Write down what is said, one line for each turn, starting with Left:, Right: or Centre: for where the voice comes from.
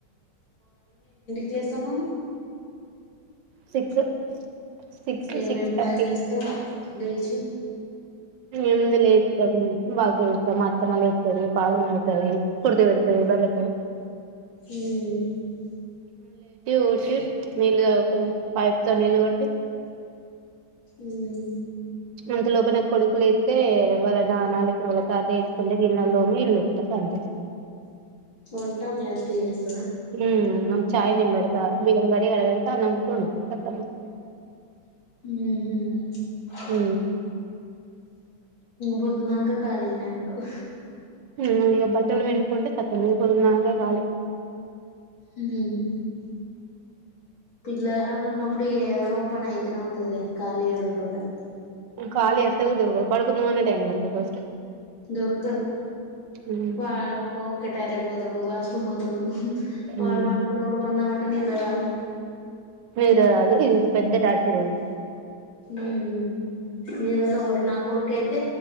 Left: క్లేషను
Right: సిక్స్ సిక్స్
Left: ఏమేం
Right: సిక్స్ థర్టీ
Left: పని జెస్తావు లేచి
Right: ఎంది లేతం మాకేం పని మా అత్తమ్మ లేతది పాలు విండుతది కుర్ది వెడతది బర్రెకు
Left: ఊమ్
Right: ఉ షట్ నీళ్ కాకు పైప్తో నీళ్లు కొట్టి
Left: ఉమ్
Right: అంతలోపన కొడుకులెతే వాళ్ళ నానాలు ఇక్కడ వాళ్ళ తాత ఎత్తుకుంటే గిన్నలో నీల్లు ఒత్త అంతే
Left: వంటా మీ అత్తే యెస్
Right: ఊ మ్మ చాయ్ నింబెడుత బీయంగడిగి ఆడవడుత అన్నం కూర ఓండుతది అత్తమ్మ
Left: ఉహు
Right: ఊ
Left: బొదునాక కాలీగనే ఉంటవ్
Right: ఊ ఇగ బట్టలు విండుకుంటే కత్తమే మీ కొదుందాంగ కాలి
Left: ఊ పిల్ల గళ్ళు ఉన్నప్పుడ ఏదా నోపన్ అయితేన ఉంటదిలే కా ఏడు ఉంటగానీ
Right: ఖళీ ఎసలు దొరుకుదు పడుకుందమాన టైం దొరకదు ఫస్ట్
Left: దొర్కదు
Right: ఉమ్
Left: వా ఊకె టాయిలెట్ వొ తడు వాష్రూమ్ బోతడు హ్
Right: ఉమ్
Left: వాడు పనుకున్నా వాడు పదాం అంటే నిద్ర రాదు
Right: మీరా ఇదొక పెద్ద టార్చర్ ఇది
Left: ఊమ్ నీ నదా ఒకటి నా కొడుకు అయితే